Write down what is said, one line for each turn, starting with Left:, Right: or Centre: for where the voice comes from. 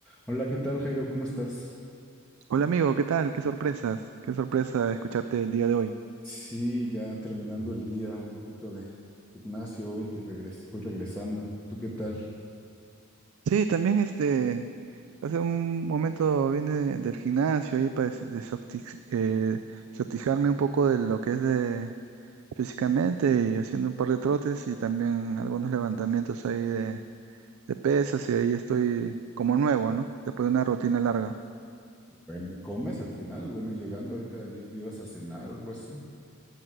Centre: Hola, ¿qué tal, Jairo? ¿Cómo estás?
Right: Hola amigo, ¿qué tal? Qué sorpresas, qué sorpresa escucharte el día de hoy.
Centre: Sí, ya terminando el día, un poquito de gimnasio hoy que regres voy regresando. ¿Tú qué tal?
Right: Sí, también este, hace un momento vine del gimnasio ahí para des- desoxi- eh, desoxigenarme un poco de lo que es de físicamente y haciendo un par de trotes y también algunos levantamientos ahí de, de pesas y ahí estoy como nuevo, ¿no? Después de una rutina larga.
Centre: Bueno, ¿comes al final? Bueno, llegando ahorita ayer ibas a cenar o algo así.